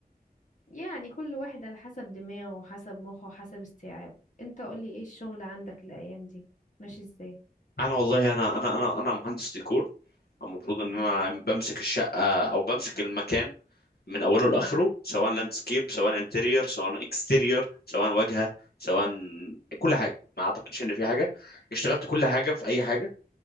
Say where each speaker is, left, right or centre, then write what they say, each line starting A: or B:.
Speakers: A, on the left (about 50°); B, on the left (about 75°).
A: يعني كل واحد على حسب دماغه وحسب مخه وحسب استيعابه انت قولي ايه الشغل عندك الايام دي ماشي ازاي
B: انا والله انا انا انا انا مهندس ديكور المفروض ان
A: مم.
B: انا بمسك الشقه او بمسك المكان من اوله
A: مم.
B: لاخره سواء لاندسكيب سواء انتريور سواء اكستيريور سواء واجهه سواء
A: مم.
B: كل حاجه ما اعتقدش ان في حاجه اشتغلت كل حاجه في اي حاجه